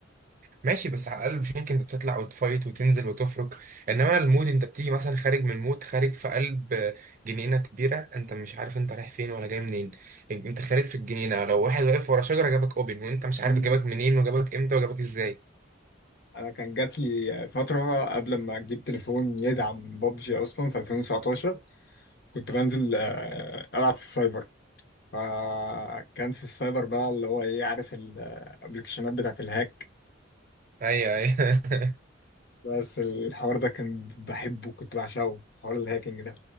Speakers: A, on the right; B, on the left.
A: ماشي بس على الاقل مش يمكن انت بتطلع وتفايت وتنزل وتفرك انما انا المود انت بتيجي مثلا خارج من المود خارج في قلب جنينه كبيره انت مش عارف انت رايح فين ولا جاي منين انت خارج في الجنينه لو واحد واقف ورا شجره جابك اوبن وانت مش عارف
B: مم.
A: جابك منين وجابك امتى وجابك ازاي
B: أنا كان جات لي فترة قبل ما أجيب تليفون يدعم بابجي أصلا في 2019 كنت بنزل آه، ألعب في السايبر فكان في السايبر بقى اللي هو ايه عارف الابلكيشنات بتاعت الهاك
A: ايوه ايوه
B: بس الحوار ده كان بحبه كنت بعشقه حوار الهاكينج ده